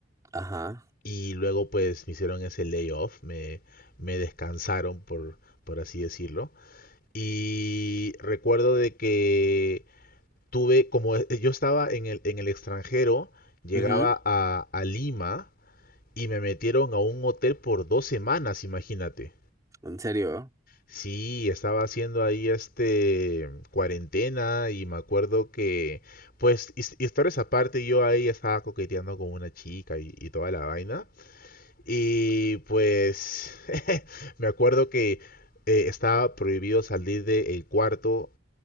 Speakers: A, on the right; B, on the left.
A: Ajá.
B: Y luego pues me hicieron ese layoff, me, me descansaron por, por así decirlo. Y recuerdo de que tuve, como eh, yo estaba en el, en el extranjero, llegaba
A: Ujú,
B: a, a Lima y me metieron a un hotel por dos semanas, imagínate.
A: ¿En serio?
B: Sí, estaba haciendo ahí este cuarentena y me acuerdo que, pues, his- historias aparte, yo ahí estaba coqueteando con una chica y, y toda la vaina. Y pues <laughs> me acuerdo que eh, estaba prohibido salir del cuarto,